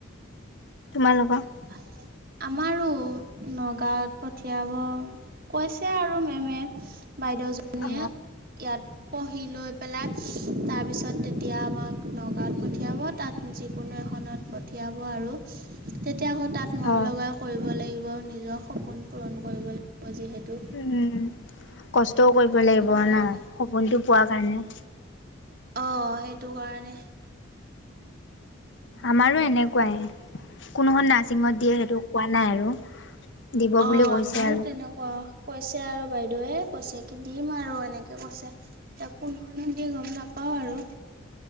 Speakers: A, on the left; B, on the right.
A: তোমালোকৰ
B: ভালে আমাৰো নগাঁৱত পঠিয়াব কৈছে আৰু মেমে। বাইদেউজনীয়ে
A: অ
B: ইয়াত পঢ় হি লৈ পেলাই তাৰপিছত তেতিয়া আমাক নগাঁৱত পঠিয়াব তাত যিকোনো এখন পঠিয়াব আৰু। তেতিয়া আকৌ তাত মন
A: অ
B: লগাই কৰিব লাগিব নিজৰ সপোন পূৰণ কৰিব লাগিব। যিহেতু
A: উম কষ্টও কৰিব লাগিব
B: সেইটো কাৰণে
A: ন সপোনটো পোৱা কাৰণে।
B: অ সেইটো কাৰণে।
A: আমাৰো এনেকুৱাই কোনোখন নাৰছিঙত দিয়ে সেইটো কোৱা নাই আৰু। দিব
B: অ
A: বুলি কৈছে
B: আমাৰো
A: আৰু
B: তেনেকুৱা। কৈছে আৰু বাইদেউৱে কৈছে কি দিম আৰু এনেকে কৈছে, এতিয়া কোনখনত দিয়ে গম নাপাওঁ। আৰু